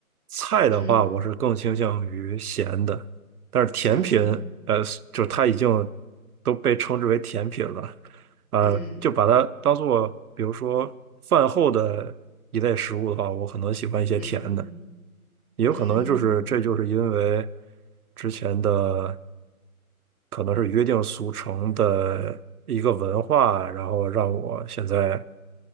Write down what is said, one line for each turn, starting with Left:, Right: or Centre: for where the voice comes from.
Right: 菜的话，
Left: 嗯
Right: 我是更倾向于咸的，但是甜品，
Left: 嗯
Right: 呃，就是它已经都被称之为甜品了，呃，
Left: 嗯
Right: 就把它当做比如说饭后的一类食物的话，我可能喜欢一些甜的。
Left: 嗯
Right: 也有可能就是这就是因为
Left: 嗯
Right: 之前的可能是约定俗成的一个文化，然后让我现在